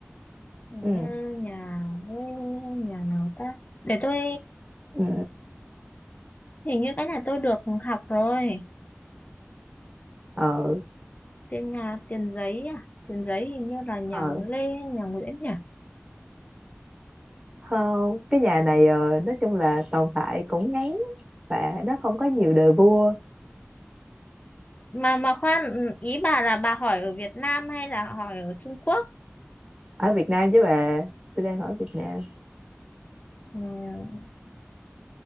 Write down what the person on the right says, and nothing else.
ừ
ừ
ờ
ờ
Không, cái nhà này ờ, nói chung là tồn tại cũng ngắn và nó không có nhiều đời vua
ở Việt Nam chứ bà tôi đang ở Việt Nam